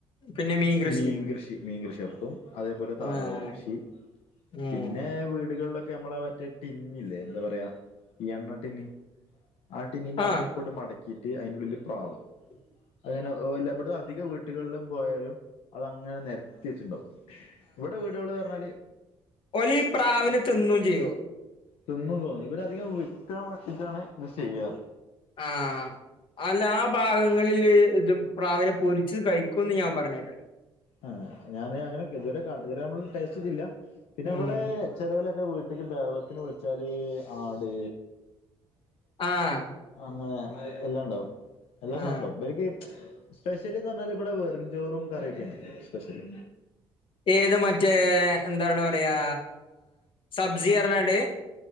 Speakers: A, on the left; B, on the left.
A: പിന്നെ മീൻ കൃഷി
B: മീൻകൃഷി മീൻകൃഷ്യടത്തും. അതേപോലെ താറാവ്
A: ആഹ്
B: കൃഷി
A: ഉം
B: പിന്നേ വീടുകൾലൊക്കെ അമ്മളെ മറ്റ് ടിന്നില്ലേ എന്താ പറയാ ഈ എണ്ണ ടിന്ന് ആ ടിന്നിന്റെ
A: ആഹ്
B: അടപ്പ് പ്പട് മടക്കീട്ട് അയിൻ്റുള്ളില് പ്രാവ്.
A: <unintelligible>
B: അങ്ങനെ ഒ എല്ല ഇബ്ടധിക വീട്ട്കൾലും പോയാലും അത് അങ്ങനെ നെരത്തി വെച്ച്ണ്ടാവും. വ്ടെ വീട് കളറഞ്ഞാല്
A: ഒലീ പ്രാവിനെത്തിന്നും ചെയ്യോ?
B: തിന്നും തോന്നണ് ഇവരധികം വിക്കാൻ വണ്ടിട്ടാണ് ഇത് ചെയ്യാറ്.
A: ആ.. അല്ല ആ ഭാഗങ്ങളില് ഇത് പ്രാവിനെ പൊരിച്ച് കഴിക്കുംന്ന് ഞാ പറഞ്ഞേട്ട്.
B: ആ ഞാന് അങ്ങനെതുവരെ ഇതുവരെ നമ്മള് ടേസ്റ്റെയ്തില്ല. പിന്നെ
A: ഉം
B: ഇവടേ ചെലോലൊക്കെ വീട്ട്ല് ദഅവ ത്തിന് വിൾച്ചാല്... ആട്
A: ആഹ്
B: അങ്ങനെ എല്ലാണ്ടാവും എല്ലാ
A: ആഹ്
B: സാനുണ്ടാവും ഇബൽക്ക് <inaudible> സ്പെഷ്യല്തവല് ബ്ടെ വെറും ചോറും കറിയൊക്കേണ് സ്പെഷല്.
A: ഏത് മറ്റേ... എന്താണ് പറയാ... സബ്ജി പറഞ്ഞാണ്ട്.